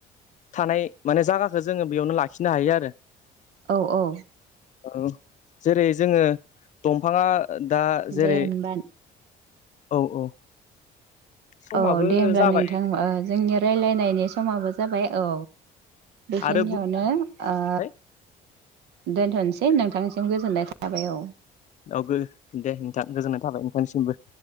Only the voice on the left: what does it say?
थानाय माने जागाखो जोंङो बेयावनो लाखिनो हायो आरो।
औ जेरै जोङो दंफाङा दा जेरै
औ औ समाबो
जाबाय
आरो
बुंबाय
औ गो दे नोंथां गोजोननाय थाबाय नोंथांनिसिमबो